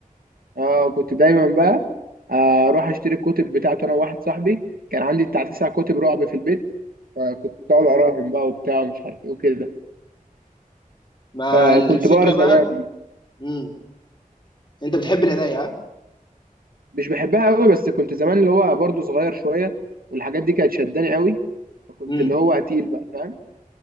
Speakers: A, on the right; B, on the left.
A: اه كنت دايما بقى آه، اروح اشتري الكتب بتاعته انا وواحد صاحبي كان عندي بتاع تسع كتب رعب في البيت فكنت اقعد اقراهم بقى وبتاع ومش عارف ايه وكده
B: ما
A: فكنت
B: الفكره
A: بقرا زمان
B: بقى امم انت بتحب القرايه ها
A: مش بحبها قوي بس كنت زمان اللي هو برضه صغير شويه والحاجات دي كانت شداني قوي فكنت
B: امم
A: اللي هو قتيل بقى فاهم